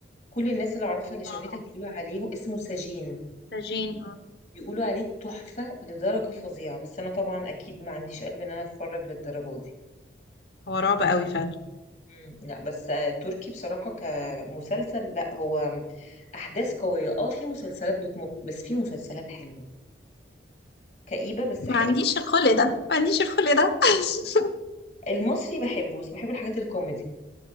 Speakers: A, on the left (about 40°); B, on the left (about 60°).
A: كل الناس اللي اعرفها اللي شافتها
B: اه
A: بيقولوا عليه اسمه سجين
B: سجين اه
A: بيقولوا عليه تحفة لدرجة فظيعة بس انا طبعا اكيد ما عنديش قلب ان انا اتفرج للدرجة دي
B: هو رعب قوي فعلا
A: مم. لا بس آه، تركي بصراحة كمسلسل لا هو احداث قوية اه في مسلسلات بتمط بس في مسلسلات حلوة كئيبة بس
B: ما
A: حلوة
B: عنديش الخلق ده ما عنديش الخلق ده <laughs>
A: المصري بحبه بس بحب الحاجات الكوميدي